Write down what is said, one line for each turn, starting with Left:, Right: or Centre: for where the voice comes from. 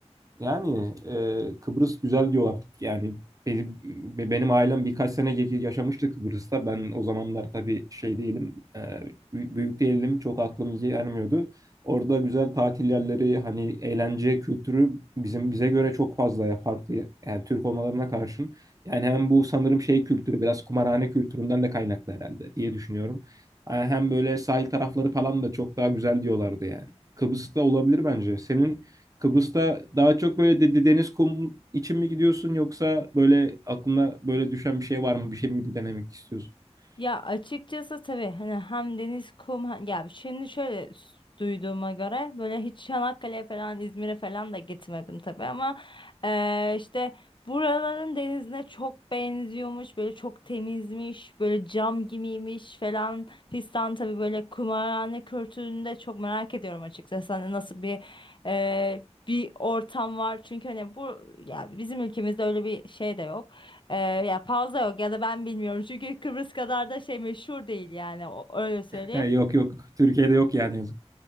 Right: Yani e, Kıbrıs güzel diyorlar artık. Yani benim, be- benim ailem birkaç sene ge- yaşamıştı Kıbrıs'ta. Ben o zamanlar tabii şey değilim, e, bü- büyük değilim. Çok aklım iyi ermiyordu. Orada güzel tatil yerleri, hani eğlence kültürü bizim bize göre çok fazla ya farklı. Yani Türk olmalarına karşın. Yani hem bu sanırım şey kültürü, biraz kumarhane kültüründen de kaynaklı herhalde diye düşünüyorum. Yani Hem böyle sahil tarafları falan da çok daha güzel diyorlardı yani. Kıbrıs'ta olabilir bence. Senin Kıbrıs'ta daha çok böyle de- de- deniz kum için mi gidiyorsun yoksa böyle aklına böyle düşen bir şey var mı? Bir şey mi denemek istiyorsun? <laughs>
Left: Ya açıkçası tabii hani hem deniz kum hem- ya şimdi şöyle s- duyduğuma göre böyle hiç Çanakkale'ye falan İzmir'e falan da gitmedim tabii ama eee, işte buraların denizine çok benziyormuş böyle çok temizmiş böyle cam gibiymiş falan fistan tabii böyle kumarhane kültürünü de çok merak ediyorum açıkçası hani nasıl bir eee, bir ortam var çünkü hani bu ya bizim ülkemizde öyle bir şey de yok. Ee, ya fazla yok ya da ben bilmiyorum çünkü Kıbrıs kadar da şey meşhur değil yani o, öyle söyleyeyim.
Right: He, yok yok. Türkiye'de yok yani.